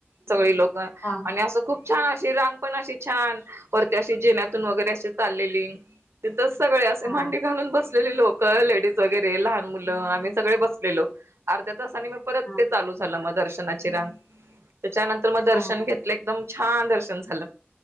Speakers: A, on the right; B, on the left.
A: सगळे लोक आणि
B: हा हा
A: असं खूप छान अशी रांग पण अशी छान वरती अशी जिनतून वगैरे अशी चाललेली तिथच सगळे असे
B: हा
A: मांडी घालून बसलेली लोक, लेडीज वगैरे लहान मुलं, आम्ही सगळे बसलेलो. अर्ध्या तासाने मग परत
B: हा
A: झालं मग दर्शनाची रांग त्याच्यानंतर मग दर्शन
B: हा
A: घेतले एकदम छान दर्शन झालं